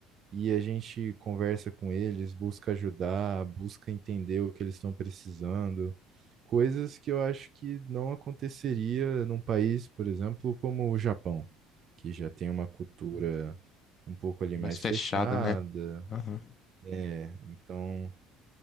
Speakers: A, on the right; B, on the left.
A: e a gente conversa com eles, busca ajudar, busca entender o que eles estão precisando, coisas que eu acho que não aconteceria num país, por exemplo, como o Japão, que já tem uma cultura
B: Hum,
A: um pouco ali
B: Mais
A: mais
B: fechada,
A: fechada,
B: né? Aham,
A: é, então